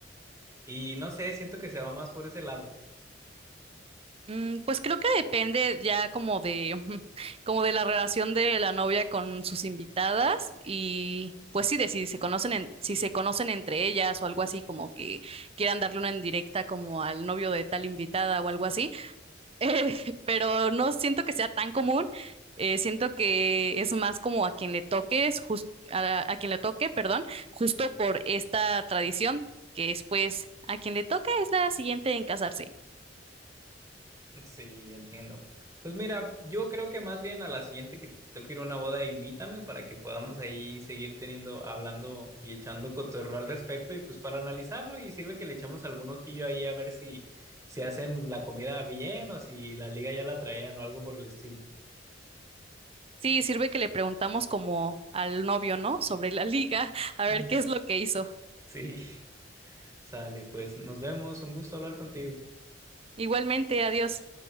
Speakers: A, on the right; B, on the right.
A: Y no sé, siento que se va más por ese lado.
B: Mm, Pues creo que depende ya como de, <laughs> como de la relación de la novia con sus invitadas y pues sí, de si se conocen, en- si se conocen entre ellas o algo así, como que quieran darle una indirecta como al novio de tal invitada o algo así, <laughs> Eh, pero no siento que sea tan común, eh, siento que es más como a quien le toques, jus- a, a quien le toque, perdón, justo por esta tradición, que es pues a quien le toca es la siguiente en casarse.
A: Sí, entiendo. Pues mira, yo creo que más bien a la siguiente que tengo que ir a una boda, invítame para que podamos ahí seguir teniendo, hablando y echando cotorreo al respecto y pues para analizarlo y sirve que le echamos algún ojillo ahí a ver si, si hacen la comida bien o si la liga ya la traían o algo por el estilo.
B: Sí, sirve que le preguntamos como al novio, ¿no? Sobre la liga, <laughs> a
A: <laughs>
B: ver qué es lo que hizo.
A: Sí, sale, pues nos vemos, un gusto hablar contigo.
B: Igualmente, adiós.